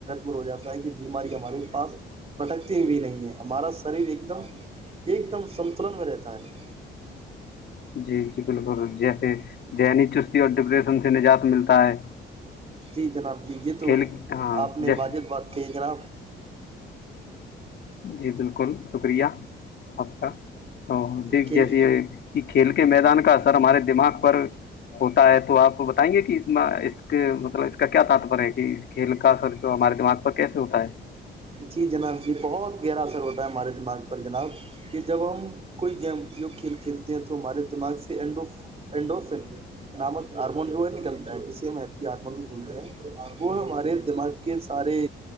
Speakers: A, on the right; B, on the left.
A: ور ہو جا ہے کہ بیمارییاں ہم پاس بھٹکتی بھی نہیں ہے ہمارا شریر ایک دم ایک دم سنتلن میں رہتا ہے
B: جی جی بالکل جیسے ذہنی چستی اور ڈپریشن سے نجات ملتا ہے
A: جی جناب دیے تو
B: کھیل ہاں
A: آپ نے
B: جیسے
A: واجب بات کی ہے جناب
B: جی بالکل شکریہ آپ کا ا دیکھ
A: کھیل
B: جیسے یہ کہ کھیل کے میدان کا اثر ہمارے دماغ پر ہوتا ہے تو آپ بتائیں گے کہ اس اس مطلب اس کا کیا تتپر ہے کہ کھیل کا اثر جو ہمارے دماغ پر کیسے ہوتا ہے
A: جی جناب یہ بہت گہرا اثر ہوتا ہے ہمارے دماغ پر جناب کہ جب ہم کوئی گیم جو کھیل کھیلتے ہیں تو ہمارے دماغ سے اینڈوف نامک ہارمون جو ہے نکلتا ہے جس سے ہم ہیی ہارمون بھی بھولتے ہیں وہ ہمارے دماغ کے سارے